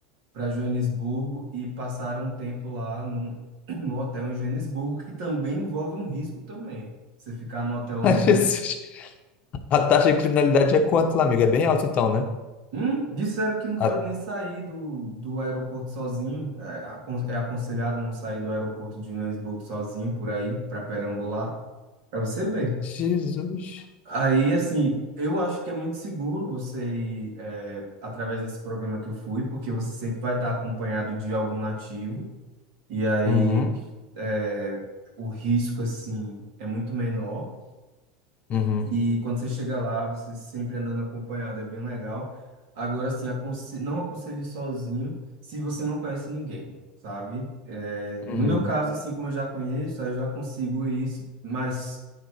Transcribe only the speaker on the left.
<laughs> Ai,
Jesus. A taxa de criminalidade é quanto lá, amiga? É bem alta então, né?
A...
Jesus.
Uhum,
uhum,
uhum.